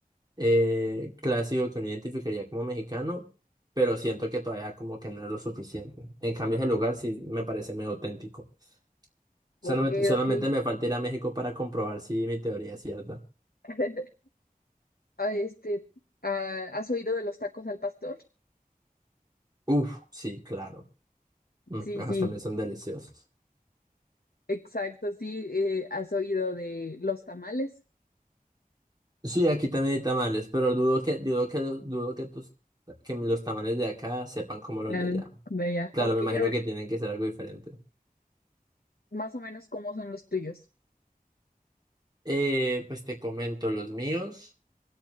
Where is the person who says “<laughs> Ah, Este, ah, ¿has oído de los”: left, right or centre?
Left